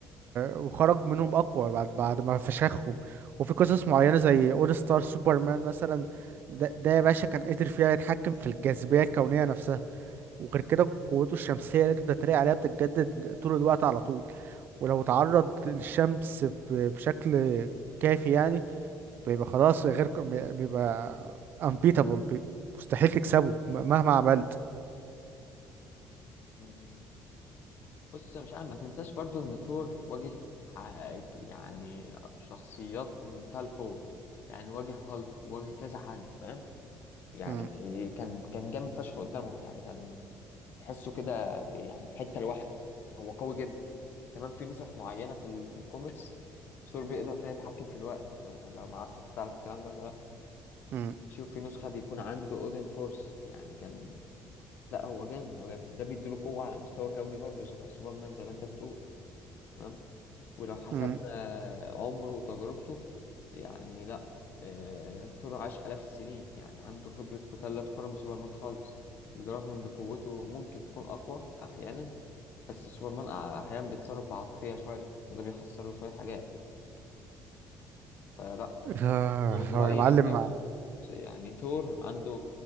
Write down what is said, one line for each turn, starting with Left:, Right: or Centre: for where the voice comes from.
Right: وخرج منهم اقوى بعد بعد ما فشخهم وفي قصص معينه زي اول ستار سوبرمان مثلا ده, ده يا باشا كان قدر فيها يتحكم في الجاذبيه الكونيه نفسها وغير كده قوته الشمسيه اللي انت بتتريق عليها بتتجدد طول الوقت على طول ولو تعرض للشمس ب- بشكل كافي يعني بيبقى خلاص غير ك- بيبقى unbeatable بي- مستحيل تكسبه م- مهما عملت
Left: مم. بص مش عارف ما تنساش برضو ان ثور واجه ح- يعني شخصيات منتهى القوة يعني واجه هالك واجه كذا حد فاهم يعني
Right: مم.
Left: كان كان جامد فشخ قدامه يعني كان تحسه كده يعني في حتة لوحده هو قوي جدا كمان في نسخ معينة في, ال... في الكوميكس ثور بيقدر فيها يتحكم في الوقت انت لو ما عرفش انت تعرف الكلام ده ولا لا
Right: مم.
Left: شوف في نسخة بيكون عنده اودن فورس يعني كان لا هو جامد هو جامد ده بيديله قوة على مستوى كوني برضه شبه سوبرمان زي ما انت بتقول تمام ولو حسبنا
Right: مم.
Left: آه، عمره وتجربته يعني لا آه، ثور عاش آلاف السنين يعني عنده خبرة قتال لا تقارن بسوبرمان خالص بالرغم ان قوته ممكن تكون اقوى احيانا بس سوبرمان أح- احيانا بيتصرف بعاطفية شوية وده بيخسره شوية حاجات فلا
Right: آه،
Left: أنا من
Right: هو
Left: رأيي
Right: يا معلم
Left: لا يعني ثور عنده